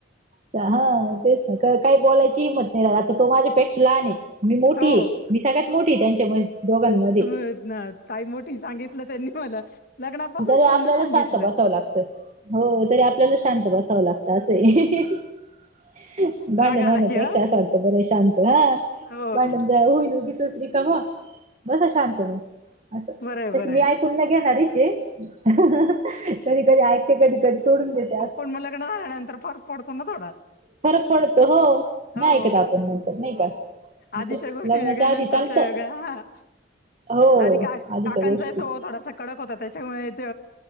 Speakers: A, on the right; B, on the left.
A: सा हा तेच ना का काही बोलायची हिम्मत नाही रहात आता तो माझी पेक्ष लहान आहे मी मोठी
B: हो.
A: आहे मी सगळ्यात मोठी आहे त्यांच्या म दोघांमध्ये.
B: होत नायत काही मोठी सांगितलं त्यांनी मला लग्नापासून
A: तरी आपल्याला
B: पूर्ण सांगितलं
A: शांत बसावं लागतं, हो तरी आपल्याला शांत बसावं लागतं. तर असं आहे. भांडण
B: राग
A: होण्यापेक्षा
B: आला की हा
A: असं वाटतं बरं आहे शांत हा.
B: हो
A: भांडण होईन उगीचच रिकामं बसा शांत मग असं.
B: बरं आहे बरं
A: तसे मी
B: आहे
A: ऐकून न घेणारीचे ये. कधी कधी ऐकते, कधी कधी सोडून देत
B: हो पण मग लग्न झाल्यानंतर फरक पडतो ना थोडा?
A: फरक पडतो हो.
B: हो
A: नाही ऐकत आपण नंतर नाही का?
B: आधीच्या
A: असं
B: गोष्टी
A: लग्नाच्या
B: वेगळ्या, नंतरच्या
A: आधी चालतं
B: वेगळ्या हा.
A: हो
B: आधी का-काकांचाही
A: आधीच्या गोष्टी
B: स्वभाव थोडासा कडक होता त्याच्यामुळे ते